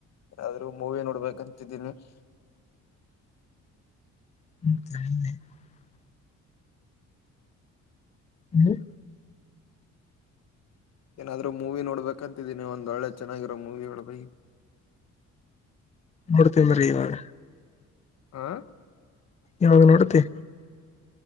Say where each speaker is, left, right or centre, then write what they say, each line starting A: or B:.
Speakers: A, on the left; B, on the left.
A: ಏನಾದ್ರು ಮೂವಿ ನೋಡ್ಬೇಕಂತಿದ್ದಿನಿ. <inaudible>
B: ಹ್ಮ್. <inaudible> ಹ್ಮ್.
A: ಏನಾದ್ರು ಮೂವಿ ನೋಡ್ಬೇಕಂತಿದ್ದೀನಿ ಒಂದ್ ಒಳ್ಳೆ ಚೆನ್ನಾಗಿರೋ ಮೂವಿ ಹೇಳು ಬೈ.
B: ನೋಡ್ತೀನ್ ಇರು ಇವಾಗ.
A: ಆ.
B: ಯಾವಾಗ್ ನೋಡುತಿ.